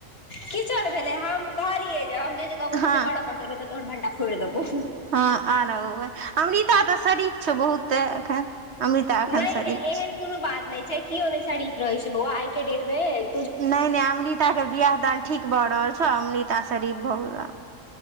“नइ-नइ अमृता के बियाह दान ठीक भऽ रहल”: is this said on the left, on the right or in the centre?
Right